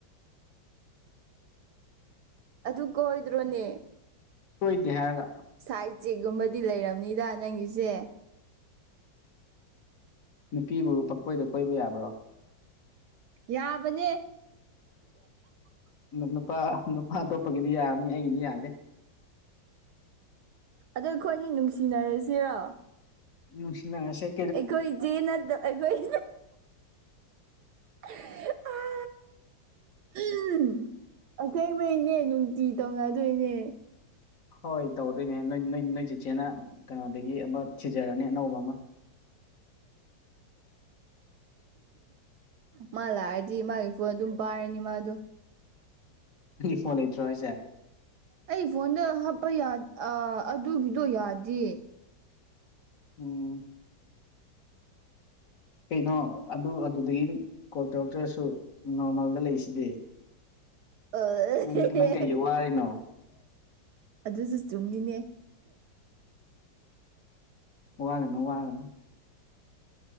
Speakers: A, on the right; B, on the left.
A: ꯑꯗꯨ ꯀꯣꯏꯗ꯭ꯔꯣꯅꯦ
B: ꯁꯣꯏꯗꯦ ꯍꯥꯏꯔꯒ
A: ꯁꯥꯏꯠ ꯆꯦꯛꯒꯨꯝꯕꯗꯤ ꯂꯩꯔꯕꯅꯤꯗ ꯅꯪꯒꯤꯁꯦ
B: ꯅꯨꯄꯤꯕꯨ ꯄꯪꯈꯣꯏꯗ ꯀꯣꯏꯕ ꯌꯥꯕ꯭ꯔꯣ
A: ꯌꯥꯕꯅꯦ
B: ꯅꯨꯄꯥ ꯅꯨꯄꯥ ꯑꯇꯣꯞꯄꯒꯤꯗꯤ ꯌꯥꯔꯅꯤ ꯑꯩꯒꯤꯗꯤ ꯌꯥꯗꯦ
A: ꯑꯗ ꯑꯩꯈꯣꯏꯅꯤ ꯅꯨꯡꯁꯤꯅꯔꯁꯤꯔꯣ
B: ꯎꯁꯤꯅꯁꯦ
A: ꯑꯩꯈꯣꯏꯗꯤꯦ ꯅꯠꯇ ꯑꯩꯈꯣꯏ ꯑ ꯎꯝ ꯑꯁꯦꯡꯕꯩꯅꯦ ꯅꯨꯡꯇꯤ ꯇꯧꯅꯗꯣꯏꯅꯦ
B: ꯍꯣꯏ ꯇꯧꯗꯣꯏꯅꯦ ꯅꯣꯏ ꯅꯣꯏ ꯅꯣꯏ ꯆꯤꯆꯦꯅ ꯀꯩꯅꯣꯗꯒꯤ ꯑꯃ ꯊꯤꯖꯔꯅꯤ ꯑꯅꯧꯕ ꯑꯃ <inaudible>
A: ꯃꯥ ꯂꯥꯛꯑꯗꯤ ꯃꯥꯒꯤ ꯐꯣꯟ ꯑꯗꯨꯝ ꯄꯥꯔꯅꯤ ꯃꯥꯗꯣ
B: ꯐꯣꯟ ꯂꯩꯇ꯭ꯔꯣꯁꯦ
A: ꯑꯩ ꯐꯣꯟꯗ ꯍꯥꯞꯄ ꯑꯗꯨꯒꯤꯗꯣ ꯌꯥꯗꯦ
B: ꯎꯝ ꯀꯩꯅꯣ ꯑꯗꯨ ꯑꯗꯨꯗꯒꯤ ꯀꯣꯜ ꯇꯧꯔꯛꯇ꯭ꯔꯁꯨ ꯅꯣꯔꯃꯦꯜꯗ ꯂꯩꯁꯤꯗꯤ
A: ꯑꯍꯤꯍꯤ
B: ꯅꯪ ꯅꯪ ꯀꯩꯒꯤ ꯋꯥꯔꯤꯅꯣ
A: ꯑꯗꯨꯁꯨ ꯆꯨꯝꯃꯤꯅꯦ
B: ꯋꯥꯒꯅꯣ ꯋꯥꯒꯅꯣ